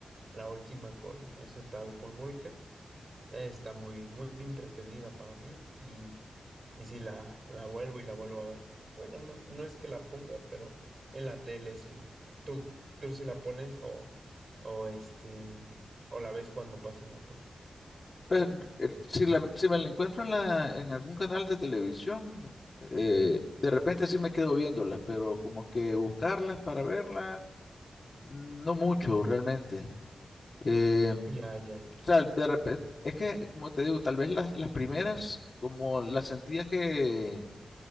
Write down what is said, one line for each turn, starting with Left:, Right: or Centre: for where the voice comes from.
Right: La última con ese tal Paul Walker. eh, está muy, muy entretenida para mí. Y, y sí la, la vuelvo y la vuelvo a ver. Bueno, no, no es que la ponga, pero en la tele sí. Tú, tú sí la pones o, o este, mm, o la ves cuando pasa en la tele.
Left: Pues, el- si, la- si me la encuentro en, la- en algún canal de televisión, eh, de repente sí me quedo viéndolas, pero como que buscarlas para verlas, no mucho realmente. Eh, o
Right: Ya, ya,
Left: sea, de repente, es que, como te digo, tal vez las, las primeras, como las sentía que